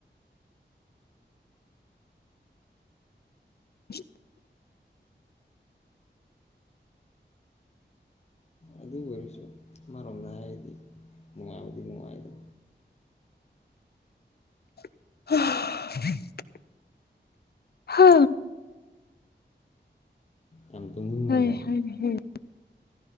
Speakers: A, on the left; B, on the left.
A: <unintelligible>
B: ꯑꯗꯨꯕꯨ ꯑꯣꯏꯔꯁꯨ ꯑꯃꯔꯣꯝꯗ ꯍꯥꯏꯔꯗꯤ ꯅꯨꯡꯉꯥꯏꯕꯗꯤ ꯅꯨꯡꯉꯥꯏꯗ
A: <unintelligible> ꯍꯥ
B: ꯌꯥꯝ ꯇꯨꯝꯅꯤꯡꯉꯕꯣ
A: ꯍꯣꯏ ꯍ <inaudible>